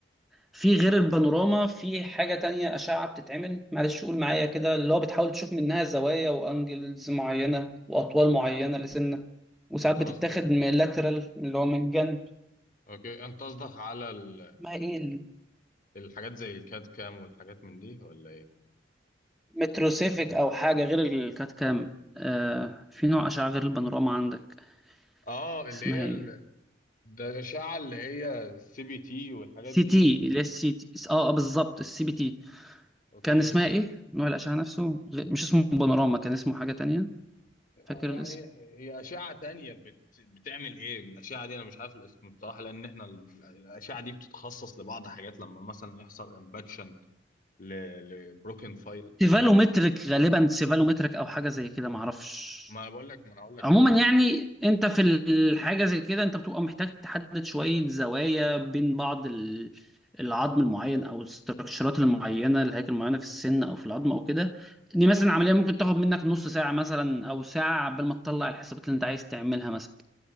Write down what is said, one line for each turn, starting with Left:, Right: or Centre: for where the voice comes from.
Centre: في غير البانوراما في حاجة تانية أشعة بتتعمل معلش قول معايا كده اللي هو بتحاول تشوف منها زوايا وأنجلز معينة وأطوال معينة لسنة وساعات
Left: انت
Centre: بتتاخد
Left: قصد
Centre: من لاترال اللي هو من جنب
Left: اوكي انت قصدك على الحاجات
Centre: ما إيه
Left: الحاجات زي الكاد كام والحاجات من دي ولا ايه
Centre: المتروسيفيك أو حاجة غير الكات كام آه في نوع أشعة غير البانوراما عندك
Left: اه اللي
Centre: اسمها
Left: هي
Centre: إيه؟
Left: ال- ده الأشعة اللي هي السي بي تي والحاجات
Centre: سي
Left: دي
Centre: تي اللي هي السي تي اه آه، بالظبط السي بي تي
Left: اوكي
Centre: كان اسمها ايه؟ نوع الأشعة نفسه غ- مش اسمه بانوراما كان اسمه حاجة تانية فاكر
Left: يعني
Centre: الاسم؟
Left: هي أشعة تانية بت... بتعمل ايه الأشعة دي انا مش عارف الاسم بصراحة لان احنا ال- الأشعة دي بتتخصص لبعض حاجات لما مثلا يحصل امباكشن ل... لبروكن فايل
Centre: سيفالومتريك
Left: لما
Centre: غالبا سيفالومتريك او حاجه زي كده معرفش
Left: ما انا بقول لك ما انا هقول لك
Centre: عموما
Left: أهو.
Centre: يعني انت في الحاجه زي كده انت بتبقى محتاج تحدد شويه زوايا بين بعض ال- العظم المعين او الاستراكشرات المعينه الهيكل المعينه في السن او في العظم او كده دي مثلا عمليه ممكن تاخد منك نص ساعه مثلا او ساعه عبال ما تطلع الحسابات اللي انت عايز تعملها مثلا